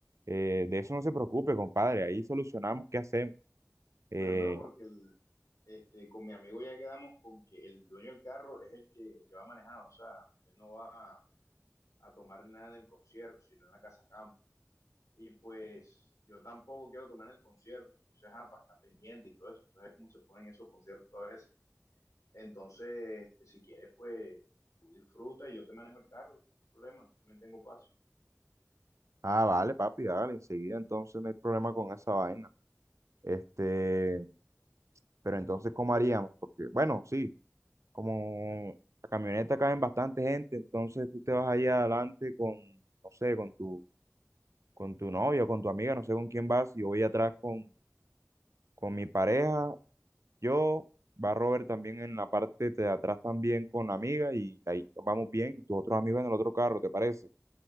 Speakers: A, on the right; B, on the left.
A: eh, de eso no se preocupe, compadre, ahí solucionamos qué hacemos. Eh,
B: Pues, bro, porque el, este, con mi amigo ya quedamos con que el dueño del carro es el que, el que va a manejar, o sea, él no va a, a tomar ni nada en el concierto, sino en la casa campo. Y pues yo tampoco quiero tomar en el concierto, entonces, ajá, para estar pendiente y todo eso, tú sabes cómo se ponen esos conciertos a veces. Entonces, este, si quieres, pues tú disfruta y yo te manejo el carro, no hay problema, yo me tengo paso.
A: ah, vale, papi, dale, enseguida entonces no hay problema con esa vaina. Este, pero entonces, ¿cómo haríamos? Porque, bueno, sí, como la camioneta caben bastante gente, entonces tú te vas allá adelante con, no sé, con tu, con tu novia, con tu amiga, no sé con quién vas, y yo voy atrás con, con mi pareja Yo, va Robert también en la parte de atrás también con la amiga y ahí vamos bien. Y tus otros amigos en el otro carro, ¿te parece?